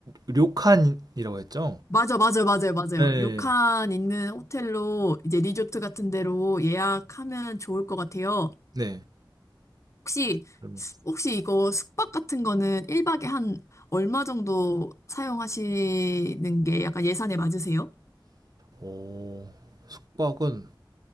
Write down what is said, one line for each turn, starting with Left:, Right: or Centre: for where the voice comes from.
Right: 료칸이라고 했죠?
Left: 맞아, 맞아, 맞아요, 맞아요.
Right: 네.
Left: 료칸 있는 호텔로 이제 리조트 같은 데로 예약하면 좋을 것 같아요.
Right: 네.
Left: 혹시
Right: 그러면
Left: 혹시 이거 숙박 같은 거는 1박에 한 얼마 정도 사용하시는 게 약간 예산에 맞으세요?
Right: 오, 숙박은